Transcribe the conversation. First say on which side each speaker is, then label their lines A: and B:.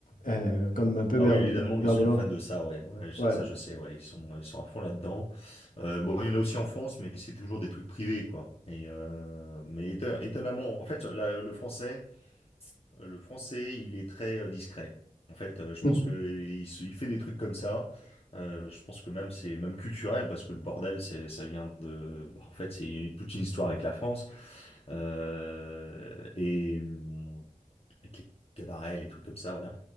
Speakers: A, on the left (about 75°); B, on the left (about 45°).
A: euh, comme un peu
B: Ah
A: Berlin,
B: oui, les Allemands,
A: berlinois.
B: ils sont fans de ça, ouais. Ouais, ça,
A: Ouais.
B: ça, je sais, ouais. Ils sont, ils sont à fond là-dedans. Euh, bon, il y en a aussi en France, mais c'est toujours des trucs privés, quoi. Et euh, mais éton- étonnamment, en fait, la- le français, euh, le français, il est très euh, discret. En fait, euh, je
A: Hmm.
B: pense que il, se- il fait des trucs comme ça. Euh, je pense que même c'est même culturel parce que le bordel, c'est, ça vient de. bah, en fait, c'est toute une histoire avec la France euh, et hum, avec les cabarets, les trucs comme ça. Voilà.